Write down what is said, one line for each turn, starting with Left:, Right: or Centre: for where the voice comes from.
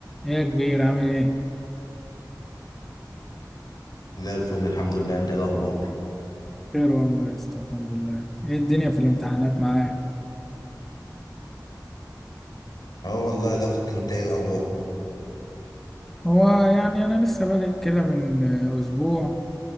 Centre: ايه يا كبير عامل ايه؟
Left: زي الفل الحمد لله انت ايه الاخبار
Centre: خير والله يا اسطى الحمد لله ايه الدنيا في الامتحانات معاك؟
Left: اه والله ضغط انت ايه الاخبار
Centre: هو يعني انا لسه بادئ كده من آه، اسبوع